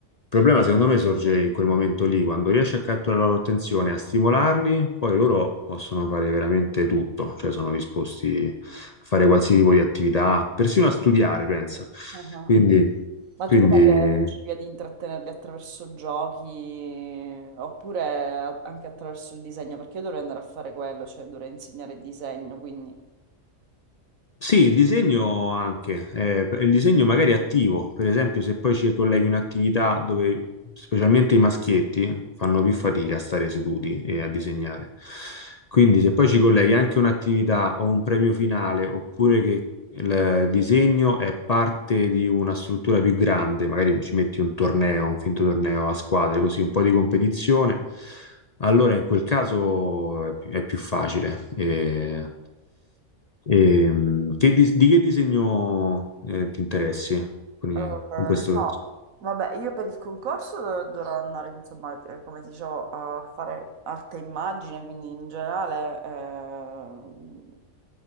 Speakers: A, on the left (about 50°); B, on the right (about 80°).
A: Il problema, secondo me, sorge in quel momento lì, quando riesci a catturare la loro attenzione, a stimolarli, poi loro possono fare veramente tutto, cioè sono disposti a fare qualsiasi tipo di attività, persino a studiare, pensa.
B: Ah ah.
A: Quindi,
B: Ma
A: quindi
B: tu come che riuscivi ad intrattenerli attraverso giochi oppure a- anche attraverso il disegno? Perché io dovrei andare a fare quello, cioè dovrei insegnare il disegno, quindi...
A: Sì, il disegno anche, eh, per- il disegno magari attivo, per esempio se poi ci colleghi un'attività dove specialmente i maschietti fanno più fatica a stare seduti e a disegnare. Quindi se poi ci colleghi anche un'attività o un premio finale, oppure che il disegno è parte di una struttura più grande, magari ci metti un torneo, un finto torneo a squadre, così un po' di competizione, allora in quel caso è più, è più facile. E- Ehm, che di, di che disegno eh, ti interessi? Quindi,
B: Eh,
A: in questo
B: no,
A: caso.
B: vabbè, io per il concorso dov- dovrò andare, insomma, eh, come ti dicevo, a fare arte e immagine, quindi in generale ehm,